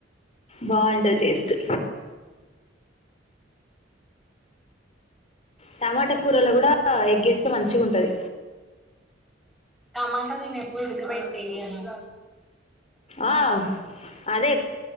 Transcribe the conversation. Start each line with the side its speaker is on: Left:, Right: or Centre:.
Left: బాగుంటది టేస్టు టమాట కూరల కూడా ఎగ్గేస్తే మంచిగుంటది
Centre: తమాట నేను ఎప్పుడు ఉడుకబెట్టెయ్యను
Left: ఆ అదే